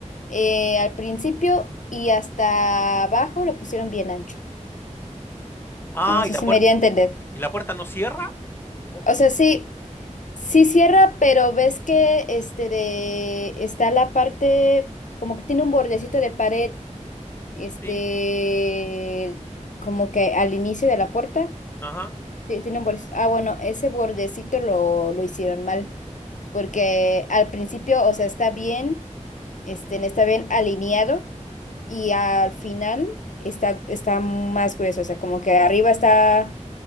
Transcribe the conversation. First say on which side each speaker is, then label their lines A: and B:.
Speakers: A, on the left (about 75°); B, on the left (about 15°).
A: eh, al principio y hasta abajo lo pusieron bien ancho.
B: Ah,
A: No sé
B: ¿y la
A: si
B: puerta,
A: me iría a entender.
B: y la puerta no cierra? O
A: O
B: oh,
A: sea, sí, sí cierra, pero ves que este de- está la parte, como que tiene un bordecito de pared Este,
B: sí,
A: como que al inicio de la puerta,
B: ajá.
A: ti- tiene un borde- Ah, bueno, ese bordecito lo, lo hicieron mal, porque al principio, o sea, está bien, este, está bien alineado y al final está, está más grueso, o sea, como que arriba está,